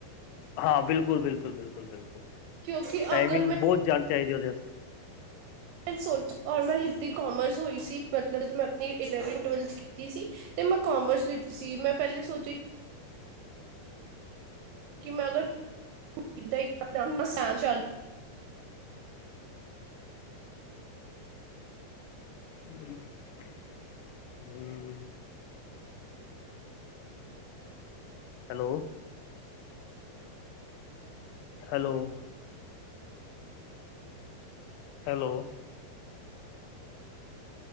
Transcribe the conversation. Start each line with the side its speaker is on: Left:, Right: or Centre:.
Left: ਹਾਂ ਬਿਲਕੁਲ, ਬਿਲਕੁਲ, ਬਿਲਕੁਲ, ਬਿਲਕੁਲ
Right: ਕਿਉਂਕਿ
Left: ਟਾਈਮਿੰਗ
Right: ਅਗਰ ਮੈਂ
Left: ਬਹੁਤ ਜਦਾ ਚਾਹੀਦੇ ਉਹਦੇ ਵਸਤੇ।
Right: ਮੈਂ ਸੋਚ ਔਰ ਮੈਂ ਲਿਤੀ ਕੋਮਰਸ ਹੋਈ ਸੀ ਮਤਲਬ ਜਦੋਂ ਮੈਂ ਆਪਣੀ ਇਲੈਵਨਥ, ਟਵੈਲਥ ਕੀਤੀ ਸੀ। ਤੇ ਮੈਂ ਕਾਮਰਸ ਲਿਤੀ ਸੀ ਮੈਂ ਪਹਿਲੇ ਸੋਚਿਆ ਮੈਂ ਅਗਰ ਸਹਿ ਚ <unintelligible>
Left: <unintelligible> <inaudible> hello? Hello? Hello?